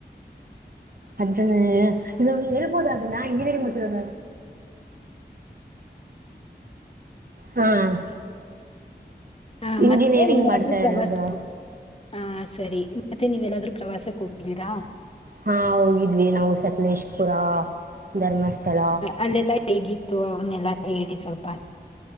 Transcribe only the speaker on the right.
ಅದೇ ಇನ್ನು ಹೇಳ್ಬೋದು ಅದ ನಾ ಇಂಜಿನಿಯರಿಂಗ್ ಮಾಡ್ಸಿರೋದ. ಹಾ-
ಇಂಜಿನಿಯರಿಂಗ್
ಮಾಡ್ತಾ
ಇರೋದು
ಹಾಂ ಹೋಗಿದ್ವಿ ನಾವು ಸಕಲೇಶ್ಪುರ ಧರ್ಮಸ್ಥಳ.